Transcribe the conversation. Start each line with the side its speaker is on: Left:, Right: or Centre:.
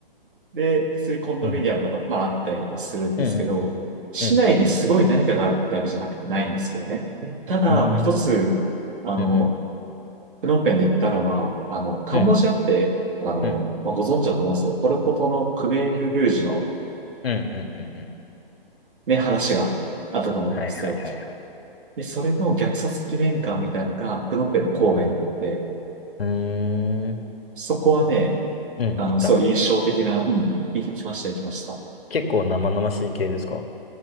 Right: で、普通にコンドミニアムとか、
Left: うん。
Right: まあ、あったりはするんですけど、
Left: うん、
Right: 市内にすごい何かがあるってわけじゃなく、
Left: うん、うん、
Right: ないんですけどね。ただ、
Left: うん、
Right: まあ、一つ、あの、
Left: うん、うん、
Right: プノンペンで行ったのは、あの、カンボジアって、
Left: うん、うん、
Right: あの、
Left: うん、
Right: まあ、ご存知だと思うんですけど、ポルポトのクメール・ルージュの
Left: うん、うん、
Right: ね、話があったと思うんですよ。
Left: はいはいはいはい。
Right: で、それの虐殺記念館みたいのが、プノンペンの郊外にあって、
Left: うん。うーん、
Right: そこはね、
Left: うん、
Right: あの、
Left: いた。
Right: すごい印象的な、うん、行きました、行きました。
Left: 結構生々しい系ですか